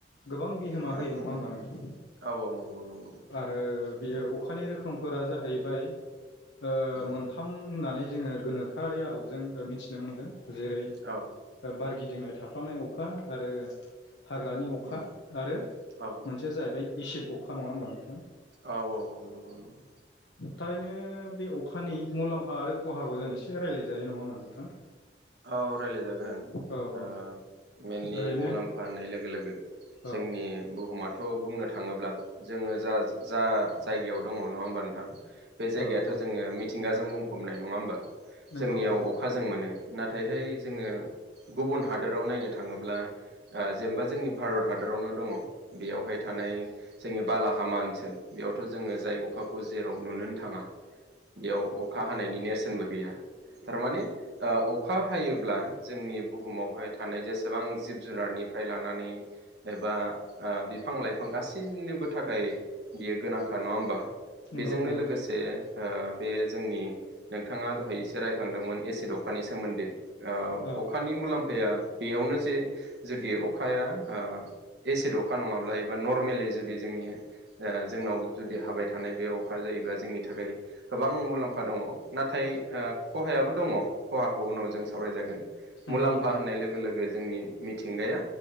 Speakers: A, on the left; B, on the right.
A: गोबां बिहोमा होयो
B: औ
A: नंङा होमबा नोंथां
B: औ औ नंगौ नंगौ
A: आरो बियो अखानि रोखोमफोरा जाहैबाय ओ
B: उम
A: मोनथाम होननानै जोंङो गोनोखोआरि आदबजों मिथिनो मोनदों जेरै
B: औ
A: बारगिदिंनाय था फानाय अखा आरो हाग्रानि अखा
B: उम
A: आरो
B: औ
A: मोनसेया जाहैबाय एसिद अ खा नंङा होनबा
B: औ औ औ नंगौ नंगौ
A: थारैनो बे अखानि मुलाम्फा आरो खहाखौ जों एसे रायलाय जायो नंङा होमबा नोंथां
B: औ रायलायजागोन
A: औ औ
B: ओ मेनलि
A: ओरैनो
B: मुलाम्फा होननाय लोगो लोगो
A: औ
B: जोंनि बुहुमा थ बुंनो थांङोब्ला जोंङो जा जा जायगायाव दङ नङा होमबा नोंथां बे जायगायाथ'
A: औ औ
B: जोंङो मिथिंगाजों बुंफबनाय नंङा होमबा
A: नंगौ
B: जोंनियाव
A: नंगौ
B: अखा जों मोनो नाथायहाय जोंङो
A: औ
B: गुबुन हादोराव नायनो थांङोब्ला आ जेनेबा जोंनि भारत हाद रावनो दंङ बेयावहाय थानाय जोंनि बालाहामा ओनसोल बेयावथ जोंङो जाय अखाखौ जों जेराव नुनोनो थांङा बेयाव अखा हानायनि नेर सोनबो गैया थारमाने ओ अखा हायोब्ला जोंनि बुहुमावहाय थानाय जेसे बां जिब जुनारनिफ्राय लानानै एबा ओ बिफां लाइफां गासैनोबो थाखाय बियो गोनांखा नङा होमबा
A: नंगौ
B: बेजोंनो
A: नंगौ
B: लोगोसे ओ बे जोंनि नोंथाङा दहाय एसे रायखांदोंमोन एसिड अखानि सोमोन्दै ओ
A: औ
B: अखानि मुलाम फाया बेयावनो जे जुदि अखाया ओ एसिड अखा नङाब्ला एबा नर्मेलि जुदि जोंनि ओ जोंनाव जुदि हाबाय थानाय बे अखा जायोब्ला जोंनि थाखाय गोबां मुलाम फा दङ'। नाथाय ओ खहायाबो दङ'। खहाखौ उनाव जों सावरायजागोन।
A: नंगौ
B: मुलाम्फा
A: नंगौ
B: होननाय लोगो लोगो जोंनि मिथिंगाया